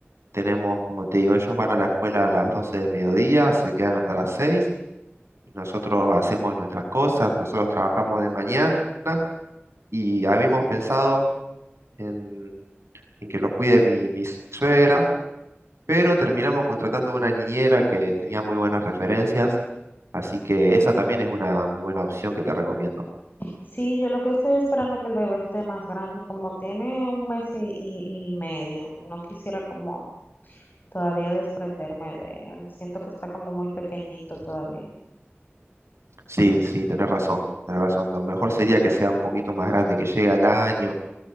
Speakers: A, on the right (about 90°); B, on the left (about 45°).
A: tenemos, como te digo, ellos van a la escuela a las 12 del mediodía, se quedan hasta las 6 y nosotros hacemos nuestras cosas, nosotros trabajamos de mañana y habíamos pensado en, en que los cuide mi, mi suegra, pero terminamos contratando una niñera que tenía muy buenas referencias, así que esa también es una muy buena opción que te recomiendo.
B: Sí, yo lo que estoy esperando es que el bebé esté más grande. Como tiene un mes y, y- y medio, no quisiera como todavía desprenderme de él. Siento que está como muy pequeñito todavía.
A: Sí, sí, tenés razón, tenés razón. Lo mejor sería que sea un poquito más grande, que llegue al año